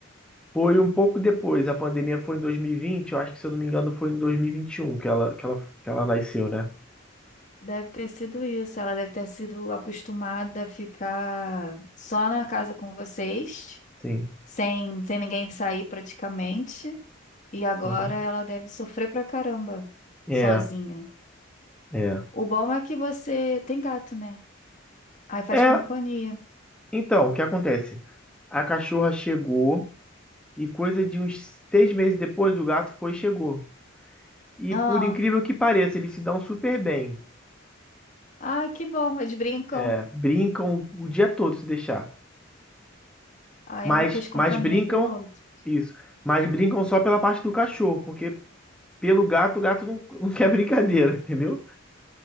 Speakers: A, in the centre; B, on the left.
A: Foi um pouco depois. A pandemia foi em 2020. Eu acho que se eu não me engano foi em 2021 que ela, que ela, que ela nasceu, né?
B: Deve ter sido isso. Ela deve ter sido acostumada a ficar só na casa com vocês,
A: Sim.
B: sem, sem ninguém sair praticamente. E agora
A: Uhum.
B: ela deve sofrer pra caramba,
A: É,
B: sozinha.
A: é.
B: O bom é que você tem gato, né? Aí faz
A: É,
B: companhia.
A: então, o que acontece? A cachorra chegou. E coisa de uns seis meses depois, o gato foi e chegou. E
B: Ah,
A: por incrível que pareça, eles se dão super bem.
B: ai, que bom, eles brincam.
A: É, brincam o dia todo se deixar.
B: Aí
A: Mas,
B: um fez companhia
A: mas brincam,
B: pro outro.
A: isso. Mas brincam só pela parte do cachorro, porque pelo gato, o gato não, não quer brincadeira, <laughs> entendeu?